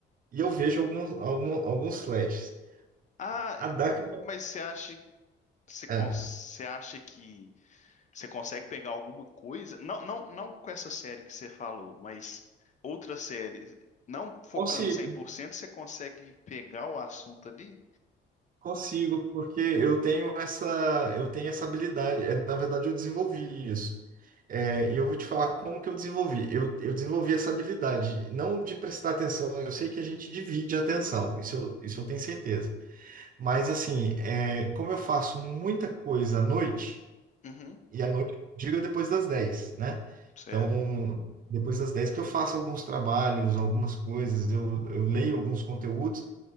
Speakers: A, on the right (about 45°); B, on the left (about 40°).
A: e eu vejo alguns, algum- alguns flashes.
B: Ah,
A: A DAC não.
B: mas você acha, você, cons-
A: é,
B: você acha que você consegue pegar alguma coisa? Não, não, não com essa série que você falou, mas outras séries, não focando
A: consigo,
B: cem por cento, você consegue pegar o assunto ali?
A: consigo, porque eu tenho essa, eu tenho essa habilidade. É, Na verdade, eu desenvolvi isso. É, e eu vou te falar como que eu desenvolvi. Eu, eu desenvolvi essa habilidade, não de prestar atenção, eu sei que a gente divide a atenção, isso eu, isso eu tenho certeza. Mas assim, é, como eu faço muita coisa à noite.
B: Uhum,
A: E à noite, diga depois das 10, né?
B: certo,
A: Então, depois das 10 que eu faço alguns trabalhos, algumas coisas, eu, eu leio alguns conteúdos,